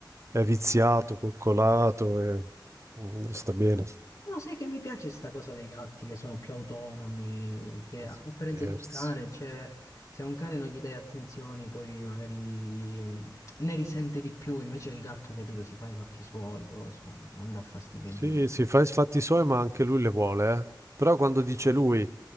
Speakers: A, on the right; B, on the left.
A: è viziato, coccolato, e... mm, sta bene.
B: Però sai che mi piace sta cosa dei gatti che sono più autonomi, che
A: Ma
B: a
A: scherzi.
B: differenza di un cane, cioè, se a un cane non gli dai attenzioni, poi magari mm, ne risente di più, invece il gatto, capito, si fa i fatti suoi, cose, non non dà fastidio
A: Sì,
B: né niente.
A: si fa i fatti suoi, ma anche lui le vuole, eh. Però quando dice lui,